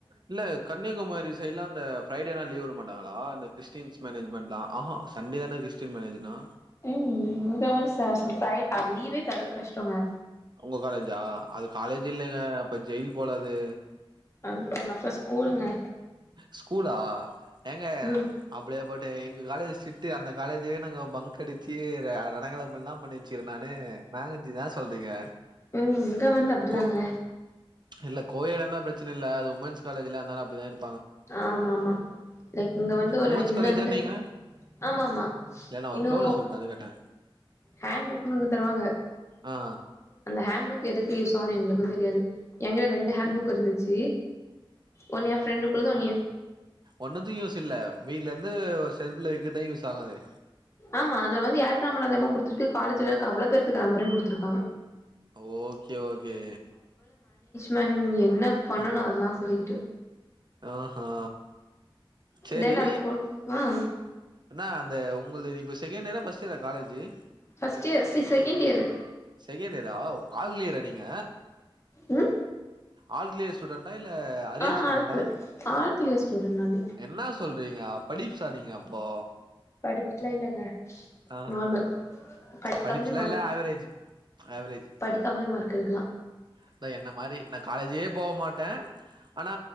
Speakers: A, on the right; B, on the left.
A: இல்ல கட் கன்னியாகுமாரி சைட்லா அந்த ப்ரைடேனா லீவ் வுடமாட்டாங்களா அந்த கிரிஸ்டின்ஸ் மேனேஜ்மெட்லா ஆஹா சண்டேதன விஷ் ஸ்டின் மேனேஜுன்னா
B: உம் இங்க வந் ச ப்ரை லீவே தர்றது கஷ்டங்க
A: உங்க காலேஜா அது காலேஜ் இல்லங்க அப்ப ஜெயில் போல அது
B: அந் அப்புற ஸ்கூலுங்க
A: ஸ்கூலா ஏங்க
B: ம்
A: அப்டியேபட்ட எங்க காலேஜ் சிட்டுங்க அந்த காலேஜே நாங்க பங்கடிச்சு அதலா கத அப்பில்லா பண்ணி வச்சுகிற நானு நாங்கஞ்சுதா இன்ன சொல்றீங்க
B: ம் இங்க வந்து அப்டிதாங்க
A: கோ இல்ல கோஎய்டாந்த பிரச்சின இல்ல அது உமன்ஸ் காலேஜில அதனால அப்டிதா இரு
B: ஆமாமா லைக் இங்க வந்து ஒரு
A: உமன்ஸ்
B: இன்னந்து
A: காலேஜா நீங்க
B: ஆமாமா
A: இல்ல நா ஒரு
B: இன்னு
A: ஃப்ளோல சொல்ட்டே அது கேட்டே
B: ஹேண்ட் புக்னு ஒண்ணு தருவாங்க
A: ஆ
B: அந்த ஹேண்ட் புக் எதுக்கு யூஸ் ஆவுனு எங்ளுக்கு தெரியாது ஏங்கிட்ட ரெண்டு ஹேண்ட் புக் இருந்துச்சு ஒன்னு எ ஃப்ரெண்டு் குள்ளது ஒன்னு என்
A: ஒண்ணுத்து யூஸ் இல்ல வீட்ல இருந்து செல்புல வெக்கதா யூஸ் ஆகு அது
B: ஆமா அதுல வந்து யாருக்கு நம்புல அதுஎமோ குடுத்துக்கு காலேஜில இருக்கு அவ்ளோ பேத்துக்கு நம்பரைம் குடுத்துருக்காங்க
A: ஓகே ஓகே
B: மென் என்ன பண்ணணு
A: ஆ-
B: அதுலா சொல்லிக்கிட்டு
A: ஆஹா செரி
B: தென் அது கூ ஆ
A: இன்ன அந்த உங்குள்து இப்ப செகண்ட் இயரா ஃபர்ஸ்ட் இயரா காலேஜி
B: ஃபஸ்ட் இயர் சீ செகண்ட் இயரு
A: செகேண்டதா ஆவ் ஆல்கிளியரா நீங்க
B: ம்
A: ஆள்கிளயர் ஸ்டூடண்டா இல்ல அரியர்
B: ஆ
A: ஸ்டூடண்டா
B: ஆல்க்கு ஆல் கிளியர் ஸ்டூடெண்ட் நானு
A: என்ன சொல்றீங்க அப் படிப்ஸ்ஸா நீங்க அப்போ
B: படிப்ஸ்லா இல்லங்க
A: ஆ
B: நார்மல் படிக்காமலே
A: படிப்ஸ்லா இல்ல ஆவ்ரேஜ் ஆவ்ரேஜ்
B: படிக்காம்லே மார்க் எடுக்கலா
A: அத என்ன மாரி நா காலேஜே போவ் மாட்டே ஆனா